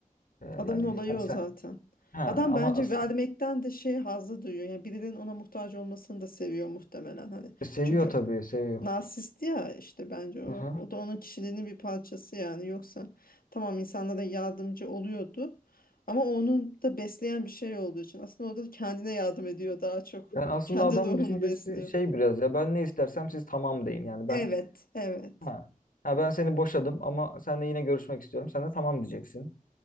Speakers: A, on the left; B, on the left.
A: E, yani
B: Adamın olayı
A: hani
B: o
A: sen
B: zaten.
A: ha
B: Adam
A: ama
B: bence
A: as-
B: vermekten de şey hazzı duyuyor. Yani birinin ona muhtaç olmasını da seviyor muhtemelen hani.
A: e, seviyor
B: Çünkü
A: tabii seviyor.
B: narsist ya işte bence o.
A: Hı hı.
B: O da onun kişiliğinin bir parçası yani. Yoksa tamam insanlara yardımcı oluyordu. Ama onun da besleyen bir şey olduğu için aslında o da kendine yardım ediyor daha çok.
A: Yani aslında
B: Kendi
A: adamın
B: ruhunu
A: düşüncesi
B: besliyor.
A: şey biraz ya ben ne istersem siz tamam deyin. Yani
B: Evet,
A: ben
B: evet.
A: ha, ha ben seni boşadım ama seninle yine görüşmek istiyorum. Sen de tamam diyeceksin.